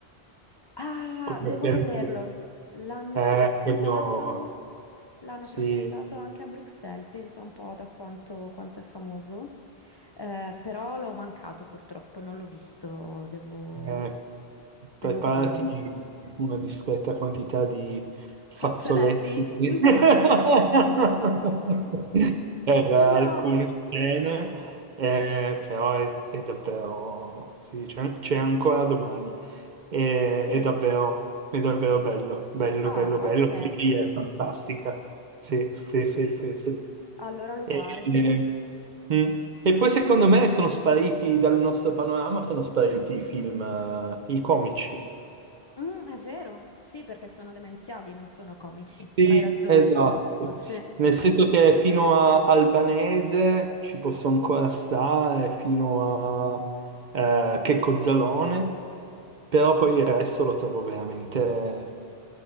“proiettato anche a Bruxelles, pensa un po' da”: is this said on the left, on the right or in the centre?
Left